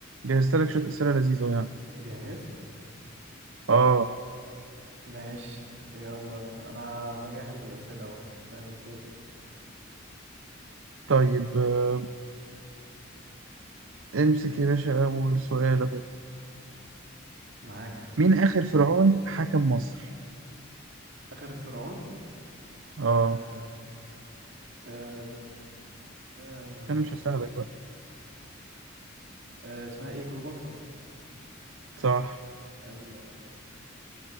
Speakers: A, on the right (about 80°); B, on the right (about 60°).
A: جهزت لك شوية أسئلة لذيذة يعني
B: جهزت
A: آه
B: ماشي يلا ابدأ. انا بجهز الأسئلة اهو نعمل كويز
A: طيب آه، امسك يا باشا أول سؤال أهو
B: معاك
A: مين آخر فرعون حكم مصر؟
B: آخر فرعون
A: آه
B: آه آه آه
A: أنا مش
B: رأ-
A: هساعدك بقى
B: آه اسمها ايه كليوباترا
A: صح
B: ايوه